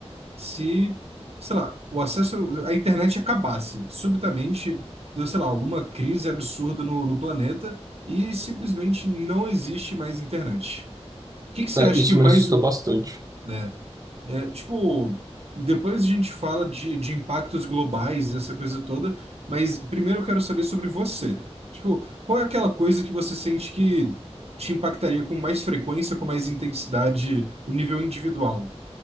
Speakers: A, on the right (about 65°); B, on the right (about 30°).
A: se, sei lá, o acesso à internet acabasse subitamente, deu, sei lá, alguma crise absurda no, no planeta e simplesmente não existe mais internet. O que que você
B: É,
A: acha
B: isso
A: que mais,
B: me assusta bastante.
A: né? É, tipo, depois a gente fala de, de impactos globais, essa coisa toda, mas primeiro eu quero saber sobre você. Tipo, qual é aquela coisa que você sente que te impactaria com mais frequência, com mais intensidade, no nível individual?